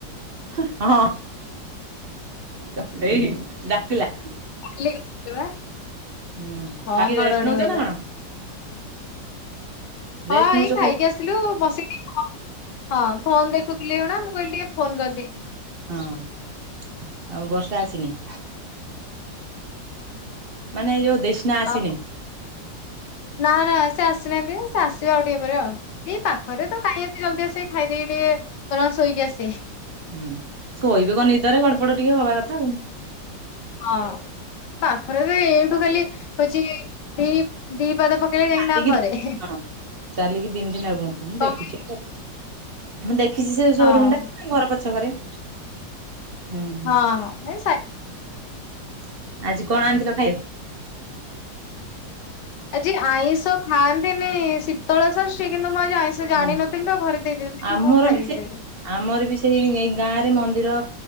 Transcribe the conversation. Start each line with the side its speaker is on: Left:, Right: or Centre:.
Right: ହଁ ହଁ ଏଇ ଡାକିଲା।
Left: ଇଲା କି ବା।
Right: ହୁଁ
Left: ହଁ
Right: ଖାଇକି
Left: ଘଡ଼ଘଡ଼ି
Right: ରେଷ୍ଟ ନଉଛ
Left: ମାଇଲା।
Right: ନା କଣ
Left: ହଁ
Right: ରେଷ୍ଟ
Left: ଏଇ
Right: ନଉଛ
Left: ଖାଇକି ଆସିଲୁ ବସିକି କ ହଁ ଫୋନ ଦେଖୁଥିଲି ଏଇଖୁଣା ମୁଁ କହିଲି ଟିକେ ଫୋନ କରିଦିିଏ।
Right: ହଁ ଆଉ ବର୍ଷା ଆସିନି? ମାନେ ଏ ଯୋଉ ଦେଷ୍ନା ଆସିନି।
Left: ଆଉ ନା ନା ସେ ଆସିନାହାନ୍ତି ସେ ଆସିବେ ଆଉ ଟିକେ ପରେ ଆଉ ଏଇ ପାଖରେ ତ କାହିଁ ଏ ଏ ଜଲଦୀ ଆସିବେ ଖାଇଦେଇକି ଟିକେ ର ଶୋଇକି ଆସିବେ।
Right: ହୁଁ ଶୋଇବେ କଣ ନିଦରେ ଗଡପଡ ଟିକେ ହବା କଥା ଆଉ।
Left: ହଁ ପାଖରେ ତ ଏ-ଏଇଠୁ ଖାଲି ହଉଛି ଦି ଦି ପାଦ ପକେଇଲେ ଯାଇକି
Right: ଚାଲିକି
Left: ତାଙ୍କ ଘରେ।
Right: ହଁ ଚାଲିକି ଦି ମିନଟି ନାଗୁନଥିବ ମୁଁ
Left: କଣ
Right: ଦେଖିଛି। ମୁଁ ଦେଖିଛି ସେ ସୋରୁମ୍
Left: ହଁ
Right: ଟା ଘର ପଛକରେ। ହୁଁ-ହଁ
Left: ହଁ ହଁ ସାଇ
Right: ଆଜି କଣ ଆଣିଥିଲ ଖାଇ
Left: ଆଜି ଆଇଁଷ ଖାଆନ୍ତିନି ଶୀତଳ ସଷ୍ଟି କିନ୍ତୁ, ମୁଁ ଆଜି ଆଇଁଷ ସେ
Right: ହୁଁ
Left: ଜାଣିନଥିଲୁ ଆଉ ଘରେ ଦେଇଦେଇଥିଲେ
Right: ଆମର
Left: ମୁଁ ଖାଇ
Right: ବି ସେଇ
Left: ଦେଇଚି।
Right: ଆମର ବି ସେଇ ଏଇ ଗାଁ ରେ ମନ୍ଦିର